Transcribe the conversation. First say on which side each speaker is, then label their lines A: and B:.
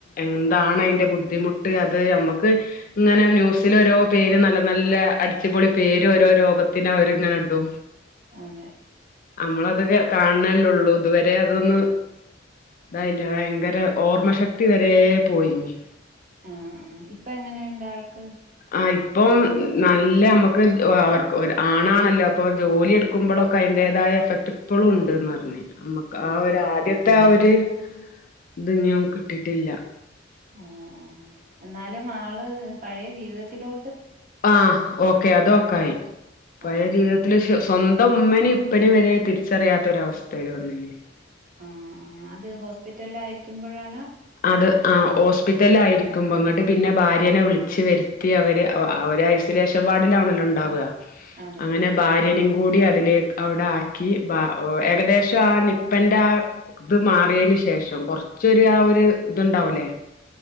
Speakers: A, on the left; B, on the right.
A: എന്താണ്
B: ആഹ്
A: അയിന്റെ
B: ആഹ്
A: ബുദ്ധിമു ട്ട് അത് ത് അമ്മക്ക് ഇങ്ങനെ ന്യുസിലൊരോ പേര് നല്ല നല്ല അടിച്ചുപൊളി പേര് ഓരോ രോഗത്തിന് അവര് ങ്ങെനെടു
B: അതെ
A: നമ്മളതക്കെ കാൺണെ ല്ലെള്ളു ഇതുവരെ അതൊന്ന് ഇതായില്ല വയങ്കര ഓർമ്മ ശക്തി വരേ പോയിഞ്
B: ആഹ് ആഹ് ഇപ്പം എങ്ങനെയുണ്ട് ആൾക്ക്
A: ആഹ് ഇപ്പം നല്ല നമുക്ക് അവർക്ക് ഒരു ആണാണല്ലോ പ്പോ ജോലി എടുക്കുമ്പോളൊക്കെ അയിൻ്റേതായ എഫക്ട് ഇപ്പളുണ്ട് ന്ന്ർഞ് മ്മക്ക്
B: ആണല്ലേ
A: ആ ഒരു ആദ്യത്തെ ആ ഒര് ഇത് ഇനിം കിട്ടിട്ടില്ല.
B: ആഹ് ആഹ് എന്നാലും ആള് പഴയ ജീവിതത്തിലോ
A: ആഹ് ഓക്കെ അത് ഒ ക്കായി. പഴയ
B: ആഹ്
A: ജീവിതത്തില്
B: ആഹ്
A: ശോ സ്വന്ത ഇപ്പൊമ്മനീം ഇപ്പനീം വരെ തിരിച്ചറിയാത്തൊരവസ്ഥയിൽ വന്നിരിക്കു
B: ആ ആ അത് ഹോസ്പിറ്റലയി ക്കുമ്പഴാ
A: അത് ആ ഹോസ്പിറ്റലയിരിക്കുമ്പൊ ങ്ങ്ട്ട് പിന്നെ ഭാര ര്യനെ വിളിച്ച് വരുത്തി അവര് അവര് ഐസൊലേഷൻ വാർഡിലാണല്ലോ ണ്ടാവ
B: അതെ
A: അങ്ങനെ ഭാര്യടിം കൂടി അതിലേക് അവിടെ ആക്കി ബാ ഏകദേശം ആ നിപ്പന്റെ ആ ഇത് മാറിയതിന് ശേഷം കുറച്ചോരു ആ ഒരു ഇതുണ്ടാവുലേ